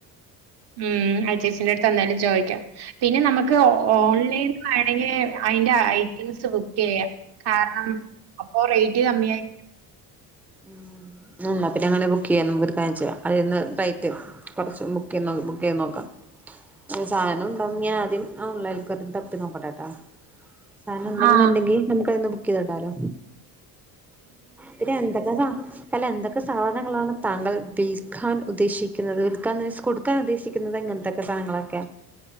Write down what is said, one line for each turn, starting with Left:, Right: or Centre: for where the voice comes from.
Right: മമ് ആ ചേച്ചിന്റടുത്ത് എന്തായാലും ചോദിക്കാ പിന്നെ നമുക്ക് ഓൺലൈനി വേണങ്കി അതിന്റെ ഐറ്റംസ് ബുക്ക് ചെയ്യാം. കാരണം അപ്പൊ റേറ്റ് കമ്മിയായി.
Centre: ഉം ന്നാ പിന്നെ അങ്ങനെ ബുക്ക് ചെയ്യാ നമുക്കരു കാര്യം ചെയ്യാ അത്ന്ന് റൈറ്റ്.. കൊറച്ച് ബുക്ക് ചെയ്ത്ബുക്ക് ചെയ്ത് നോക്കാം. ഒരു സാധനം ഉണ്ടാവും ഞാ ആദ്യം ഓൺലൈലക്ക തപ്പി നോക്കട്ടെ ട്ടോ. സാനം ഉണ്ടെന്നു
Right: ആ
Centre: ണ്ടെങ്കിൽ നമുക്ക്തിന്ന് ബുക്ക് ചെയ്തിടാലോ. പിന്നെ എന്തൊക്കെസാ അല്ല എന്തൊക്കെ സാധനങ്ങളാണ്. താങ്കൾ വിൽക്കാൻ ഉദ്ദേശിക്കുന്നത് വിൽക്കാൻ എന്നത് കൊടുക്കാൻ ഉദ്ദേശിക്കുന്നത് ഇങ്ങനത്തെൊക്കെ സ്ഥലങ്ങളൊക്കെ.